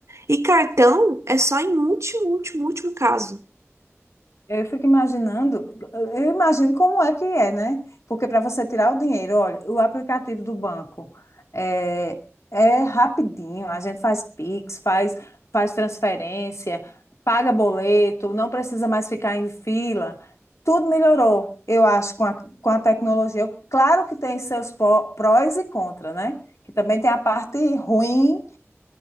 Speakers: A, on the right (about 65°); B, on the left (about 70°).
A: e cartão é só em último, último, último caso.
B: Eu fico imaginando, eu imagino como é que é, né? Porque para você tirar o dinheiro, olha, o aplicativo do banco é, é rapidinho, a gente faz Pix, faz, faz transferência, paga boleto, não precisa mais ficar em fila. Tudo melhorou, eu acho, com a, com a tecnologia. Eu- Claro que tem seus pó- prós e contras, né? Que também tem a parte ruim,